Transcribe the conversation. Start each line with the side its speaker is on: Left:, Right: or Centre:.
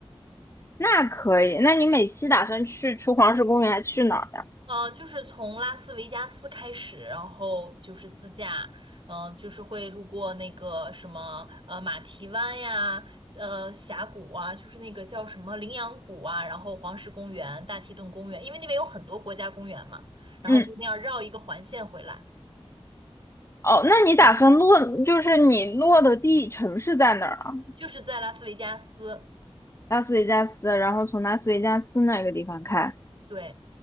Left: 那可以。那你每期打算去除黄石公园，还去哪儿呀？
Right: 嗯、呃就是从拉斯维加斯开始，然后就是自驾，嗯、就是会路过那个什么呃马蹄湾呀，呃峡谷啊，就是那个叫什么羚羊谷啊，然后黄石公园、大提顿公园，因为那边有很多国家公园嘛，然后就那样绕一个环线回来，
Left: 嗯，哦，那你打算落，就是你落的地城市在哪儿啊？
Right: 就是在拉斯维加斯，
Left: 拉斯维加斯，然后从拉斯维加斯那个地方开。
Right: 对，